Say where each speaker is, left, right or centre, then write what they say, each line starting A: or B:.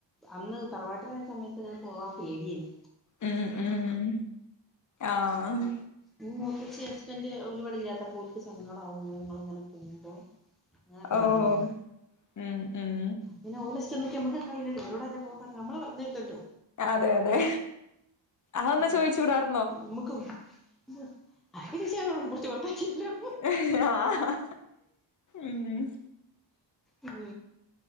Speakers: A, in the centre; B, on the left.
A: അന്ന് തറവാട്ടിലായ സമയത്ത് ഇങ്ങനെ പോവാൻ പേടിയായി
B: ഉം ഉം ആഹ്
A: മ്മ് മുത്താച്ചി ഹസ്ബൻഡ് ഓര്ഇവിടെ ഇല്ലാത്തപ്പോ ഓര്ക്ക് സങ്കടമാക്കും ഞങ്ങള് ഇങ്ങനെ പോകുമ്പോ ഇങ്ങനൊക്കെ
B: ഓഹ്
A: പറയില്ലേ
B: ഉം ഉം
A: പിന്നെ ഓലെ ഇഷ്ടം നോക്കി നമ്മുക്ക് കയുല്ലലോ ഓനോട്‌ ആരാ പോക്കാൻ പറഞ്ഞേ നമ്മൾ പറഞ്ഞലല്ലോ
B: അതെ അതെ അതൊന്ന്
A: അയ്യോ
B: ചോദിച്ചുടാർ
A: <unintelligible>
B: <unintelligible> ആഹ് ഉം
A: ഉം